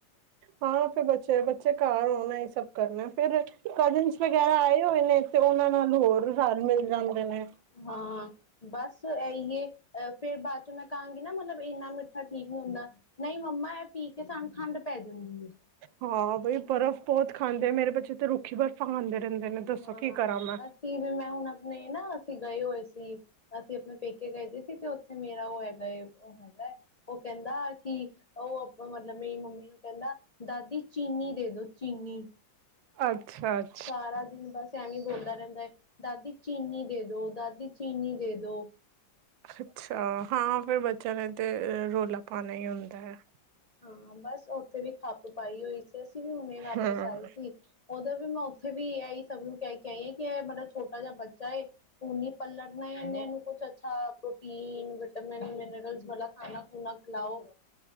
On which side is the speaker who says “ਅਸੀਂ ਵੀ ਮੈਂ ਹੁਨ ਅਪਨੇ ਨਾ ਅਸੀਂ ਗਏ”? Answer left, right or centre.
Left